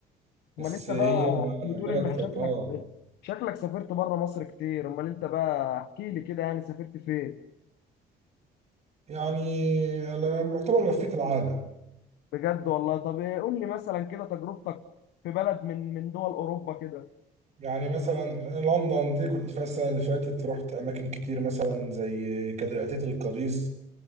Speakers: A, on the right; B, on the left.
A: بس
B: امال انت
A: هي
B: بقى انت بتقول
A: بلد
B: انك
A: كانت
B: شكلك
A: اه
B: شكلك سافرت بره مصر كتير امال انت بقى احكي لي كده يعني سافرت فين
A: يعني أنا معتبر لفيت العالم
B: بجد والله طب إيه، قول لي مثلا كده تجربتك في بلد من من دول اوروبا كده
A: يعني مثلا لندن دي كنت فيها السنة اللي فاتت رحت أماكن كتير مثلا زي كاتدرائية القديس